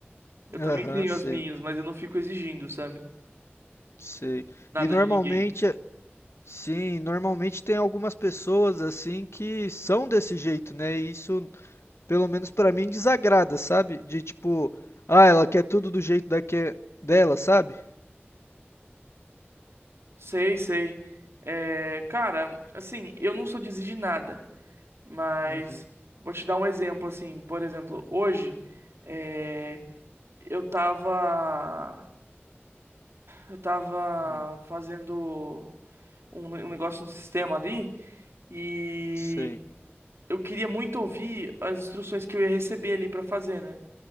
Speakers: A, on the right; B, on the left.
A: Eu
B: Aham,
A: também tenho
B: sei,
A: as minhas, mas eu não fico exigindo, sabe?
B: sei.
A: Nada
B: E normalmente,
A: de ninguém.
B: eh, sim, normalmente tem algumas pessoas assim que são desse jeito, né? E isso, pelo menos pra mim, desagrada, sabe? De tipo, ah, ela quer tudo do jeito daque dela, sabe?
A: Sei, sei. É, cara, assim, eu não sou de exigir nada. Mas
B: Uhum,
A: vou te dar um exemplo assim, por exemplo, hoje eh, eu tava eu tava
B: uhum,
A: fazendo um, ne- um negócio no sistema ali e
B: sei,
A: eu queria muito ouvir as instruções que eu ia receber ali pra fazer, né?